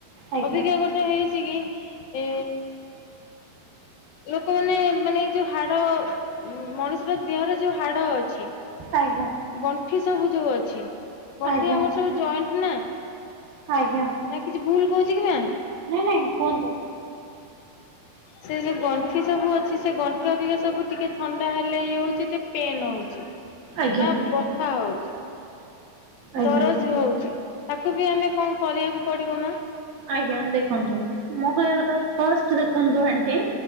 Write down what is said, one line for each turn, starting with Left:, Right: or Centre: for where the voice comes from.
Right: ଆଜ୍ଞା
Left: ଅଭିକା ଗୋଟେ ହେଇଚିକି ଏ ଲୋକମାନେ ମାନେ ଏଇ ଯୋଉ ହାଡ଼ ମଣିଷଟା ଦେହରେ ଯୋଉ ହାଡ଼ ଅଛି
Right: ଆଜ୍ଞା।
Left: ଗଣ୍ଠି ସବୁ ଯୋଉ ଅଛି ଗଣ୍ଠି
Right: ଆଜ୍ଞା
Left: ଆମର ସବୁ ଜଏଣ୍ଟନା
Right: ଆଜ୍ଞା।
Left: କିଛି ଭୁଲ କହୁଚିକି ମା?
Right: ନାଇଁ ନାଇଁ କୁହନ୍ତୁ।
Left: ସେଯୋଉ ଗଣ୍ଠି ସବୁ ଅଛି ସେ ଗଣ୍ଠିଅଧିକା ସବୁ ଟିକେ ଥଣ୍ଡା ହେଲେ ଇଏ ହଉଚି ଟିକେ ପେନ୍ ହଉଚି
Right: ଆଜ୍ଞା
Left: ବା ବ ଥା ହଉଚି
Right: ଆଜ୍ଞା
Left: ଦରଜ ହଉଚି ତାକୁବି ଆମେ କଣ କରିବାକୁ ପଡ଼ିବ ମା?
Right: ଆଜ୍ଞା ଦେଖନ୍ତୁ ମୁଁ କହିବା କଥା ଫାଷ୍ଟ ଦେଖନ୍ତୁ ଆଣ୍ଟି।